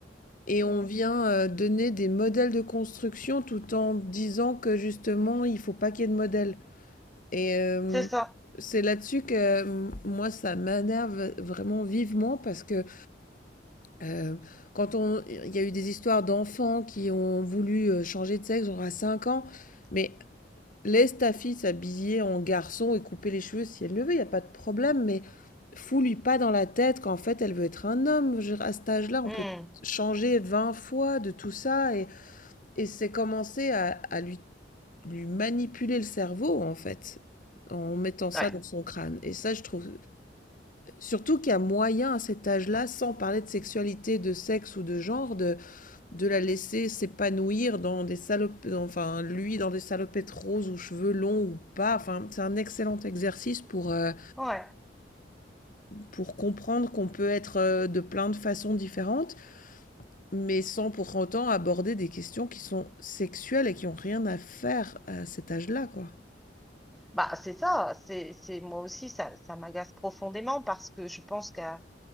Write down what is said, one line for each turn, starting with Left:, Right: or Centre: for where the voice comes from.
Left: et on
Centre: mm.
Left: vient euh, donner des modèles de construction tout en disant que justement, il faut pas qu'il y ait de modèles. Et hem,
Centre: C'est ça.
Left: c'est là-dessus que, hem, moi, ça m'énerve vraiment vivement parce que, heu, quand on il y a eu des histoires d'enfants qui ont voulu, heu, changer de sexe, genre à cinq ans, mais laisse ta fille s'habiller en garçon et couper les cheveux si elle le veut, il y a pas de problème, mais fous-lui pas dans la tête qu'en fait, elle veut être un homme. Je veux dire, à cet âge-là, on
Centre: Mm,
Left: peut changer 20 fois de tout ça et et c'est commencer à à lui lui manipuler le cerveau, en fait, en mettant ça
Centre: Ouais,
Left: dans son crâne. Et ça, je trouve, surtout qu'il y a moyen à cet âge-là, sans parler de sexualité, de sexe ou de genre, de, de la laisser s'épanouir dans des salopes enfin, lui, dans des salopettes roses ou cheveux longs ou pas. Enfin, c'est un excellent exercice pour, euh,
Centre: ouais.
Left: pour comprendre qu'on peut être euh, de plein de façons différentes, mais sans pour autant aborder des questions qui sont sexuelles et qui ont rien à faire à cet âge-là, quoi.
Centre: Bah, c'est ça. C'est, c'est, moi aussi, ça, ça m'agace profondément parce que je pense qu'à